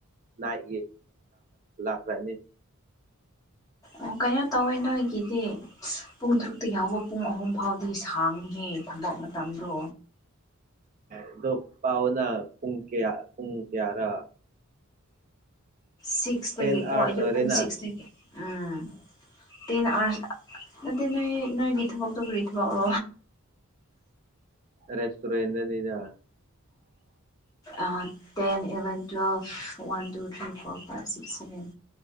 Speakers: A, on the right (about 35°); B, on the left (about 15°).
A: ꯅꯥꯏ ꯂꯥꯛꯈ꯭ꯔꯅꯤ <unintelligible>
B: ꯑꯣ ꯀꯩꯅꯣ ꯇꯧꯋꯦ ꯅꯣꯏꯒꯤꯗꯤ ꯄꯨꯡ ꯇꯔꯨꯛꯇꯒꯤ ꯍꯧꯕ ꯄꯨꯡ ꯑꯍꯨꯝ ꯐꯥꯎꯗꯤ ꯁꯥꯡꯍꯦ ꯊꯕꯛ ꯃꯇꯝꯗꯣ
A: ꯑꯗꯣ ꯄꯥꯎꯅ ꯄꯨꯡ ꯀꯌꯥ ꯄꯨꯡ ꯀꯌꯥꯔ
B: ꯁꯤꯛꯁꯇꯒꯤꯀꯣ
A: ꯇꯦꯟ ꯑꯥꯋꯔꯁ
B: ꯑꯌꯨꯛ
A: ꯑꯣꯏꯔꯦꯅ
B: ꯄꯨꯡ ꯁꯤꯛꯁꯇꯒꯤ
A: <inaudible>
B: ꯎꯝ ꯇꯦꯟ ꯅ <unintelligible> ꯅꯣꯏ ꯅꯣꯏ ꯒꯤ ꯊꯕ ꯇꯣꯔꯤ ꯊꯕꯣ
A: ꯔꯦꯁꯇꯨꯔ‌ꯦꯟ ꯗꯅꯤꯗ
B: ꯑꯣ ten eleven twelve one two three four five six seven